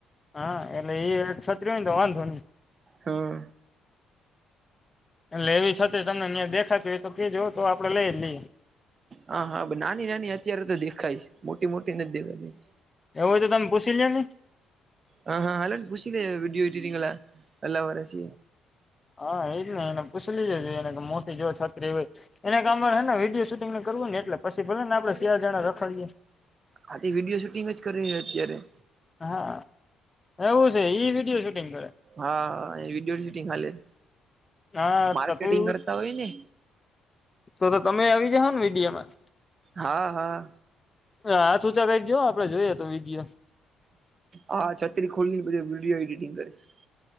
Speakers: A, on the left; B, on the right.
A: હા એટલે એ છત્રી તો વાંધો નહી
B: હા
A: એટલે એવી છ તમને અહી દેખાત તો કેજવું તો આપડે લઈ જ લઈએ
B: હા હા નાની નાની અત્યારે તો દેખાયશ મોટી મોટી નથી જ દેખા
A: એવુંય તો તમે પૂછી લ લો ને
B: હ હા હલો પુછ લ વિીડીયોું વિટરીંગ એલા ઓરાશ
A: હા એજ ને એને પૂછ લજ એને કે મોટી જો છત્રી એ હો એના કામ હ ને વિડીયો શૂિંગ ને કરવું ને એટલે પછી ભલે ને આપણે સ શિયાળ જણા રખાડીએ
B: આાથી વિડીયો શૂટિંગ જ કરે છે અત્યારે
A: હા એવું છે ઈ વિડીિયો શૂટિંગ કરે
B: હા વિડીયો શૂટિંગ હાલે
A: હા
B: માર્કેટિંગ
A: તો તું
B: કરતા હોય ને
A: તો તમે આવી જાઓ ને વિીડિયામાં
B: હા હા
A: હ હાથૂચા ક જ આપડે જોઈએ તો વી ગએ
B: હા છત્રી ખોલી બધી વિડીયો એડિટિંગ કરીશ